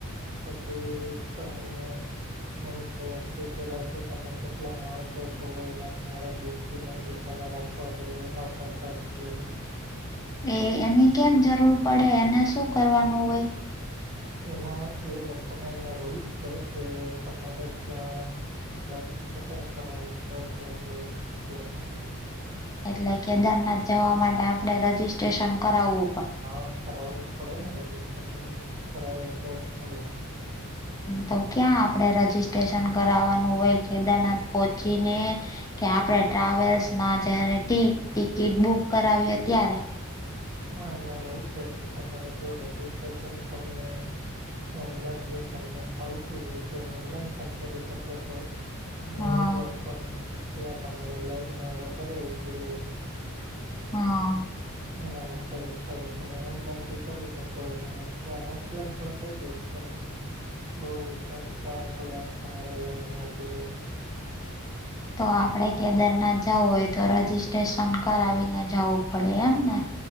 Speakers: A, on the right; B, on the left.
A: પછી તમે, સોનપ્રયાગથી પેલાતો તમે કેટલા માણસો છો, એના તમારે ડો પેમેન્ટ બચાવને રાખવા પડે આધારકાર્ડ યોગ.
B: એ એની કેમ જરૂર પડે એને શું કરવાનું હોય,
A: એમાં એ લોકો ન્યા અહીં રૂલ્સ છે, કે તમારે ત્યાં. રજિસ્ટ્રેશન કરાવવું ફરજિયાત હોય છે, એટલા માટે.
B: એટલે કેદારનાથ જાવા માટે આપડે રજીિસ્ટ્રેશન કરાવું,
A: હા કરાવવું પડેને રજીસ્ટ્રેશન કરાવે તોજ ચાલે.
B: તો ક્યાં આપડે રજીિસ્ટ્રેશન કરાવાનું હોય કેદારનાથ પહોંચીને. કે આપડે ટ્રાવેલ્સમાં જયારે ટી ટિકિટ બુક કરાવીએ ત્યારે,
A: માં એવું છે, કે તમારે જો રજિસ્ટ્રેશન તમે. ઓનલાઈન જો તમને ફાવતું હોયતો ઓનલાઈન પણ કરી શકો છો, અને
B: હા
A: ઉપરાંત પણ ત્યાં તમારે લાઈનમાં વધારે ઉભા ઉભૂ રેવુ.
B: હા
A: એના માટે તો તમે ઓનલાઈનથી કરી શકો એટલે હું. લા પણ થઈ જાય પણ બઉ તમે. ચાર કલાક તમારે લાઈનમાં ઉભું રહે ઉભ પડે.
B: તો આપડે કેદારનાથ જવું હોયતો રજીિસ્ટ્રેશન કરાવીને જવું પડે એમને,